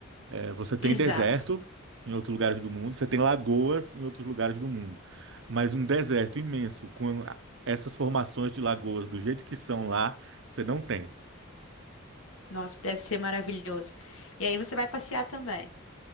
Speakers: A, on the right; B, on the left.
A: É, você tem
B: Exato.
A: deserto em outros lugares do mundo, você tem lagoas em outros lugares do mundo. Mas um deserto imenso, com essas formações de lagoas do jeito que são lá, você não tem.
B: Nossa, deve ser maravilhoso. E aí você vai passear também.